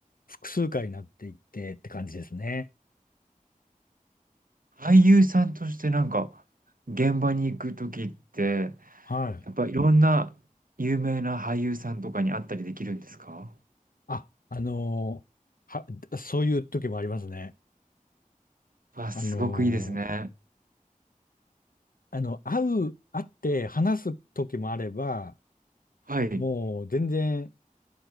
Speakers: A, on the left; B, on the right.
A: う、複数回になっていってって感じですね。
B: 俳優さんとしてなんか、現場に行くときって、
A: はい。
B: やっぱいろんな有名な俳優さんとかに会ったりできるんですか
A: あ、あのーは、そういう時もありますね。
B: わ、
A: あのー
B: すごくいいですね。
A: あの、会う、会って話す時もあれば、
B: はい。
A: もう全然
B: へ